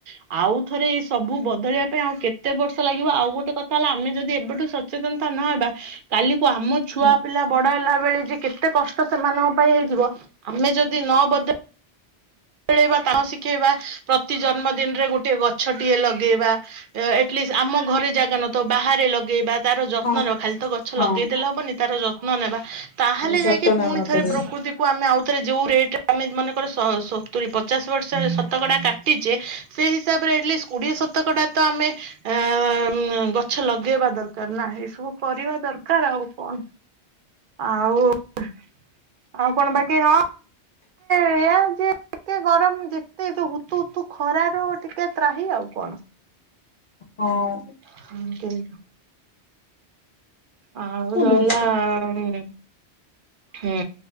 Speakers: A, on the right; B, on the left.
A: ଆଉ। ଆଉ ଥରେ ଏଇ ସବୁ ବଦଳିବା ପାଇଁ ଆଉ କେତେ ବର୍ଷ ଲାଗିବ ଆଉ ଗୋଟେ କଥା ହେଲା ଆମେ ଯଦି ଏବେଠୁ ସତ୍ ସଚେତନତା ନହେବା। କାଲିକୁ ଆମ ଛୁଆ
B: ହଁ
A: ପିଲା ବଡ ହେଲା ବେଳେ ଯେ କେତେ କଷ୍ଟ ସେମାନଙ୍କ ପାଇଁ ହେଇଯିବ। ଆମେ ଯଦି ନ ବଦ ଖେଳେଇବା ତାଙ୍କୁ ଶିଖେଇବା ପ୍ରତି ଜନ୍ମଦିନରେ ଗୋଟେ ଗଛଟିଏ ଲଗେଇବା। ଆଟଲିଷ୍ଟ ଆମ ଘରେ ଜାଗା ନ ଥାଉ ବାହାରେ ଲଗେଇବା। ତାର ଯତ୍ନ
B: ହଁ
A: ନେବା ଖାଲି ତ ଗଛ
B: ହଁ
A: ଲଗେଇଦେଲେ ହବନି ତାର ଯତ୍ନ ନେବା। ତାହେଲେ
B: ଯତ୍ନ
A: ଯାଇକି
B: ନେବାକୁ
A: ପୁଣି ଥରେ
B: ପଡିବ।
A: ପ୍ରକୃତି କୁ ଆମେ ଆଉଥରେ ଯୋଉ ରେଟ ଆମେ ମାନେକର ସ ସତୁରି ପଚାଶ ବର୍ଷ ଶତକଡା କାଟିଛେ ସେ ହିସାବ ରେ ଆଟଲିଷ୍ଟ କୋଡିଏ ଶତକଡ଼ା ତ ଆମେ ଏ ଗଛ ଲଗେଇବା ଦରକାର ନା ଏଇ ସବୁ କରିବା ଦରକାର ଆଉ କଣ। ଆଉ ଆଉ କଣ ବାକି ହଁ। ସେଇଆ ଯେ ଏତେ ଗରମ ଯେତେ ଯୋଉ ହତୁ ଉତୁ ଖରା। ଠୁ ଟିକେ ତ୍ରାହିୀ ଆଉ କଣ।
B: ହୋଓ।
A: ହଁ କିଣିଲା। ଆଉ ରହିଲା
B: ବର୍ଷା
A: ଉଁ ହୁଁ।